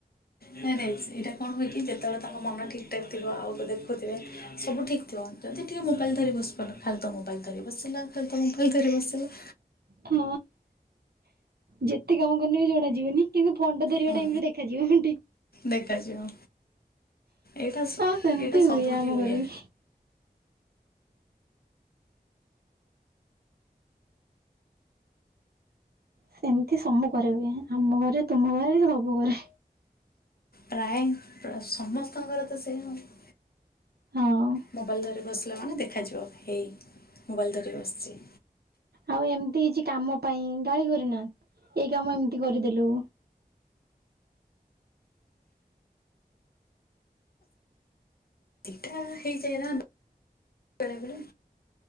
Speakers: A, on the left; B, on the right.
A: ନାଇଁ ନାଇ ଏଇଟା କଣ ହୁଏଛି ଯେତେବେଳେ ତାଙ୍କ ମନ ଠିକ୍ ଠାକ୍ ଥିବ ଆଉ ଦେଖୁଥିବେ ସବୁ ଠିକ୍ ଥିବ ଯଦି ଟିକେ ମୋବାଇଲ ଧରି ବସି ପଡେ ଖାଲିତ ମୋବାଇଲ ଧରି ବସିଲା ଖାଲିତ ମୋବାଇଲ ଧରି ବସିଲା।
B: ହଁ ଯେତେ କାମ କରନେ ବି ଜଣ ଯିଅନି କିନ୍ତୁ ଫୋନ୍ ଟା ଧରିବା
A: ହୁଁ,
B: ଟାଇମରେ ଦେଖାଯିବ।
A: ଦେଖାଯିବ ଏଇଟା ଏଇଟା
B: ହଁ ସେମିତି ହୁଏ
A: ସବୁଠି
B: ଆମ ଘରେ
A: ହୁଏ।
B: ବି। ସେମତି ସବୁ କରେ ହୁଏ ଆମ ଘରେ ତୁମ ଘରେ ସବୁ ଘରେ।
A: ପ୍ରାୟ ତ ସମସ୍ତଙ୍କର ତ ସେମ ଆଉ
B: ହଁ।
A: ମୋବାଇଲ ଧରି ବସିଲା ମାନେ ଦେଖାଯିବ ହେଇ ମୋବାଇଲ ଧରି ବସିଚି।
B: ଆଉ ଏମିତି କିଛି କାମ ପାଇଁ ଗାଳି କରେନା ଏଇ କାମ ଏମିତି କରିଦେଲୁ।
A: ଠିକ୍ ଠାକ୍ ହେଇଯାଏ ନା ବେଳେବେଳେ।